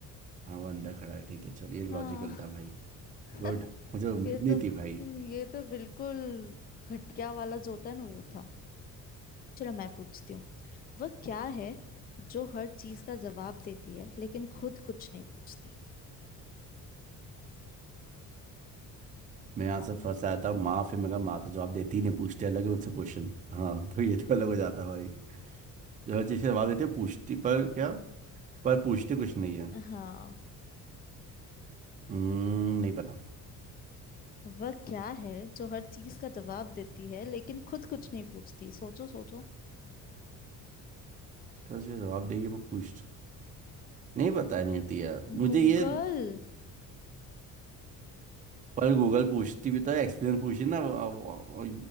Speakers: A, on the right; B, on the left.
A: हाँ वो अंदर खड़ा है ठीक है चलो ये लॉजिकल
B: हाँ
A: था भाई
B: <laughs>
A: गुड मुझे उम्मीद
B: ये
A: नहीं
B: तो
A: थी भाई
B: ये तो बिल्कुल घटिया वाला जो होता है ना वो था चलो मैं पूछती हूँ वह क्या है जो हर चीज का जवाब देती है लेकिन खुद कुछ नहीं पूछती
A: मैं
B: बताओ
A: यहाँ से फंसा था माँ फिर मैं कहा माँ तो जवाब देती ही नहीं पूछते अलग है मुझसे क्वेश्चन हाँ तो ये तो अलग हो जाता है भाई जो हर चीज़ का जवाब देते हैं, पूछती पर क्या पर पूछते कुछ नहीं है
B: <laughs> हाँ
A: हम्म नहीं पता
B: वह क्या है जो हर चीज का जवाब देती है लेकिन खुद कुछ नहीं पूछती सोचो सोचो
A: तो उसके जवाब देगी पर पूछ नहीं पता नहीं होती यार मुझे
B: गूगल
A: ये पर गूगल पूछती भी तो एक्सपीरियंस पूछी ना वो- वो-